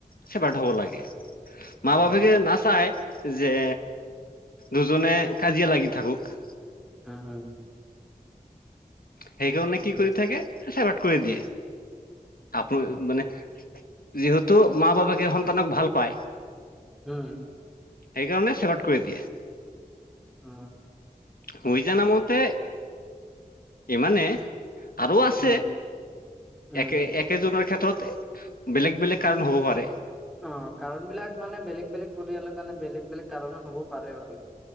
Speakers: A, on the left; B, in the centre.
A: চেপাৰেট হ'ব লাগে, মা -
B: উম।
A: বাপেকে নাচাই যে দুজনে কাজিয়া লাগি থাকোক।
B: অ অ।
A: সেইকাৰণে
B: ঠিকে
A: কি কৰি
B: আছে
A: থাকে? চেপাৰেট কৰি দিয়ে, আপোন
B: উম
A: মানে যিহেতু মা বাপেকে সন্তানক ভাল পায়।
B: ওম।
A: সেইকাৰণে চেপাৰেট কৰি দিয়ে।
B: অ।
A: শুই জানা মতে ইমানে আৰু আছে,
B: উম উম
A: একে এক কেইজনৰ ক্ষেত্ৰত বেলেগ- বেলেগ কাৰণ হ'ব পাৰে।
B: অ কাৰণবিলাক মানে বেলেগ - বেলেগ পৰিয়ালৰ কাৰণে বেলেগ - বেলেগ কাৰণ হব পাৰে বাৰু।